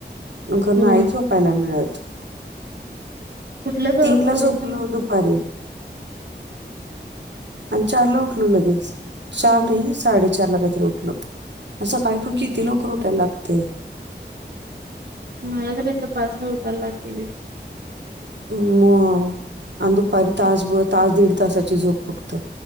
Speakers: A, on the right; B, on the right.
A: खरं
B: हो
A: नाही झोपायला मिळत.
B: कुठलं ग
A: तीन ला
B: पोरीच
A: झोपलो दुपारीे आणि चार ला उठलो लगेच चार नाही साडेचार ला काहीतरी उठलो. असं काय पण किती लवकर उठायला लागतय. ते.
B: मला तर तर पाचला उतारयला लागते बाई.
A: म आणि दुपारी तास ब तास दीड तासाची झोप फक्त.